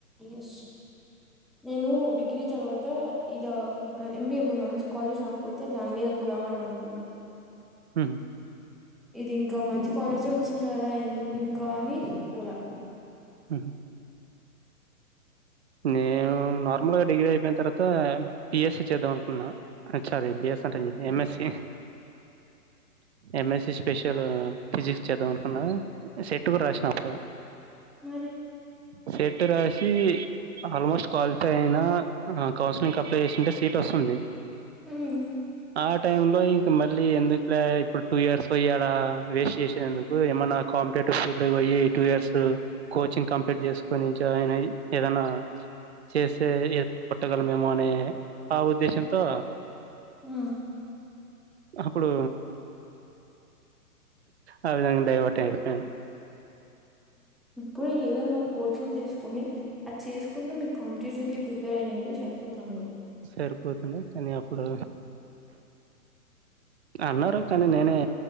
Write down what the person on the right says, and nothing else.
ఉహుమ్
ఉహుమ్ నేను నార్మల్ గా డిగ్రీ అయిపోయిన తర్వాత బిఎస్సి చేద్దాం అనుకున్నా హెచ్‌ఆర్ రీ బిఎస్ అంట <unintelligible> ఎంఎస్సి ఎంఎస్సి స్పెషల్ ఫిజిక్స్ చేద్దాం అనుకున్నా సెట్ కూడా రాసినా అప్పుడు
సెట్ రాసి ఆల్మోస్ట్ క్వాలిఫై అయినా అ అ కౌన్సిలింగ్ కి అప్లై చేసి ఉంటే సీట్ వస్తుంది
ఆ టైమ్ లో ఇంక మళ్ళీ ఎందుకులే ఇప్పుడు టూ ఇయర్స్ పోయ ఆడా వేస్ట్ చేషేది ఎందుకు ఏమన్నా కాంటేటివ్ ఫీల్లో వొయ్యి టూ ఇయర్స్ కోచింగ్ కంప్లీట్ చేసుకుని జాయిన్ అయ్యి ఏదన్నా చేసే ఏ కొట్టగలమేమో అనే ఆ ఉద్దేశంతో
అప్పుడు ఆ విధంగా డైవర్ట్ అయిపోయాను
సరిపోతుండయి కనీ అప్పుడు అన్నారు కానీ నేనే